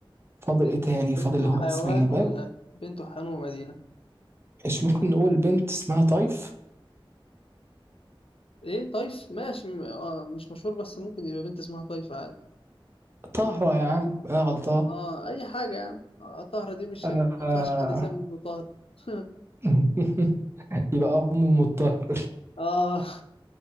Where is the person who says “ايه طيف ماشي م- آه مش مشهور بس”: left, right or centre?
Left